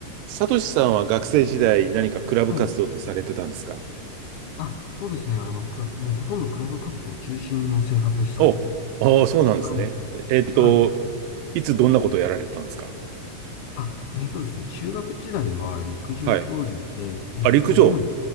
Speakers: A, on the right (about 85°); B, on the left (about 75°).
A: サトシさんは学生時代何かクラブ活動ってされてたんですか
B: はい。あ、そうですね。あの、く、もうほとんどクラブ活動中心の生活でした。
A: お、ああ、そうなんですね。
B: はい。
A: ええっと、
B: はい。
A: いつどんなことをやられてたんですか
B: あ、えっとですね。中学時代は陸上競技で、
A: はい。
B: えっと、
A: あ、陸上
B: 主に、